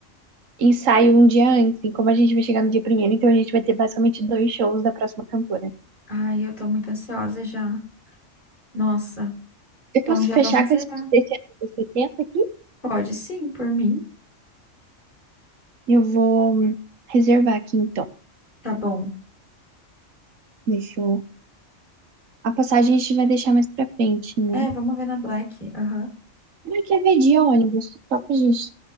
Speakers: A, on the right (about 85°); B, on the left (about 40°).
A: ensaio um dia antes. E como a gente vai chegar no dia primeiro, então a gente vai ter basicamente dois shows da próxima cantora.
B: ai, eu tô muito ansiosa já. Nossa,
A: Eu
B: então
A: posso
B: já
A: fechar
B: vamos reservar.
A: com esse desse ano 70 aqui?
B: Pode sim, por mim.
A: Eu vou hum, reservar aqui então.
B: Tá bom.
A: Deixa eu... A passagem a gente vai deixar mais pra frente, né?
B: É, vamos ver na Black. Aham.
A: Ah, quer ver de ônibus? Só pra gente,